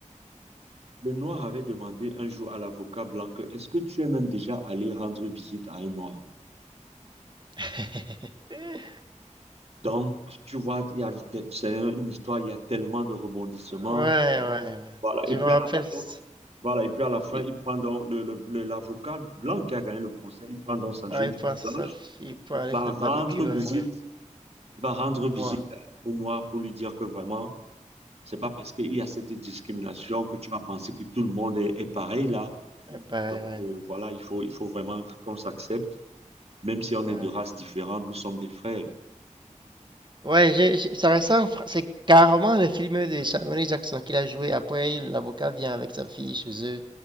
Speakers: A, on the right; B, on the right.
A: le noir avait demandé un jour à l'avocat blanc que, est-ce que tu es même déjà allé rendre visite à un noir?
B: <laughs>
A: Donc, tu vois, il y a, c'est un- une histoire, il y a tellement de rebondissements.
B: Ouais, ouais, ouais.
A: Voilà.
B: Je
A: Et puis
B: me rappelle,
A: à la
B: c-
A: fin, voilà. Et puis à la fin,
B: il,
A: il prend donc le, le- le- l'avocat blanc qui a gagné le procès, il prend donc sa
B: ouais,
A: jeune
B: il
A: fille
B: pense
A: blanche,
B: à sa fille pour
A: il
B: aller
A: va
B: faire
A: rendre
B: barbecue
A: visite,
B: avec elle,
A: il va rendre
B: au noir.
A: visite au noir pour lui dire que vraiment, c'est pas parce qu'il y a cette discrimination que tu vas penser que tout le monde est, est pareil là.
B: Ouais, pareil,
A: Donc
B: ouais.
A: euh, voilà, il faut, il faut vraiment qu'on s'accepte, même si on
B: ouais.
A: est de races différentes, nous sommes des frères.
B: Ouais, j'ai- j'ai- ça ressemble, fr- c'est carrément le film de Samuel Jackson qu'il a joué. Après, l'avocat vient avec sa fille chez eux.